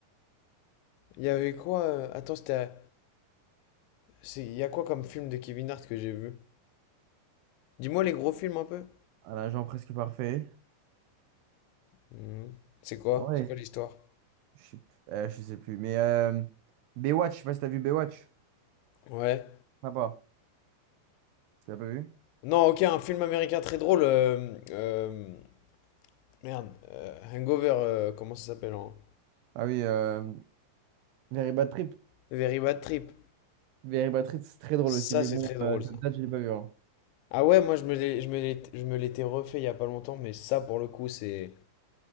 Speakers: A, on the left; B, on the right.
A: Il y avait quoi? euh, Attends, c'était... C'est, Il y a quoi comme film de Kevin Hart que j'ai vu? Dis-moi les gros films un peu.
B: Un agent presque parfait.
A: Hmm. C'est quoi?
B: Ouais.
A: C'est quoi l'histoire?
B: Je sais, p- euh, je sais plus. Mais euh, Baywatch, je sais pas si t'as vu Baywatch.
A: Ouais.
B: Sympa. Tu l'as pas vu?
A: Non, ok, un film américain très drôle. euh, euh, merde. euh, Hangover, euh, comment ça s'appelle en...
B: Ah oui, euh, Very Bad Trip.
A: Very Bad Trip.
B: Very Bad Trip, c'est très drôle
A: Ça,
B: aussi. Mais
A: c'est
B: bon,
A: très drôle,
B: euh, ça
A: ça.
B: date, je l'ai pas vu. hein.
A: Ah ouais, moi, je me l'ai- je me l'ai- je me l'étais refait il y a pas longtemps, mais ça, pour le coup, c'est...